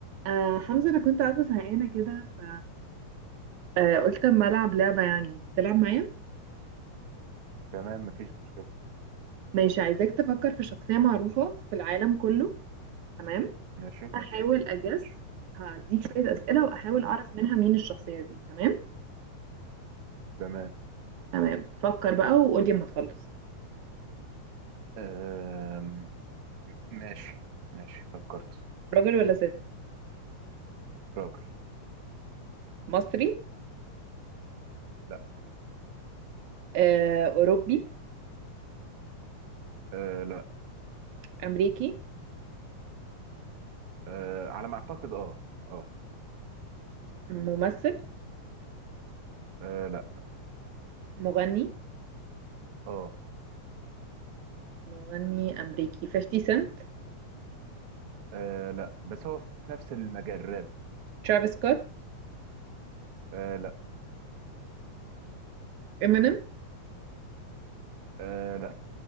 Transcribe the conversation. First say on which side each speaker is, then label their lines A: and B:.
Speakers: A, on the right; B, on the right.
A: آه حمزة أنا كنت قاعدة زهقانة كده ف آه قلت أما ألعب لعبة يعني تلعب معايا
B: تمام مفيش مشكلة
A: ماشي عايزاك تفكر في شخصية معروفة في العالم كله تمام
B: ماشي
A: أحاول أجس
B: ماشي
A: هديك شوية أسئلة وأحاول
B: ماشي
A: أعرف منها مين الشخصية دي تمام
B: تمام
A: تمام فكر بقى وقولي أما تخلص
B: أم... ماشي ماشي فكرت
A: راجل ولا ست
B: راجل
A: مصري
B: لا
A: آه أوروبي
B: أه لا
A: أمريكي
B: أه على ما أعتقد اه اه
A: ممثل
B: أه لا
A: مغني
B: اه
A: مغني أمريكي 50 سنت
B: أه لا بس هو في نفس المجال راب
A: ترافيس سكوت
B: أه لا
A: إمينيم
B: أه لا